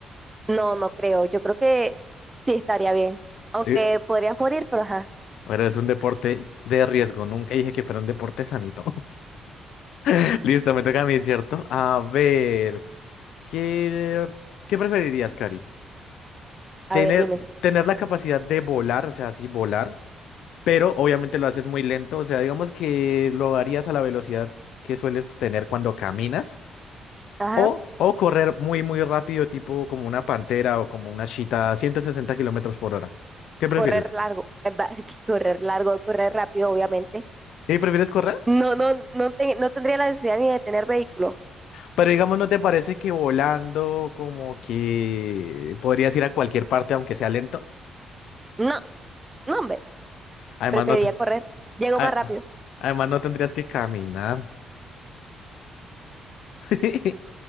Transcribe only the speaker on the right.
No, no creo. Yo creo que sí estaría bien. Aunque
podrías morir, pero ajá.
A ver, dime.
Ajá.
Correr largo. eh, va, <laughs> Correr largo, correr rápido, obviamente.
No, no, no, te- no tendría la necesidad ni de tener vehículo.
No, no, hombre,
preferiría
correr. Llego
más rápido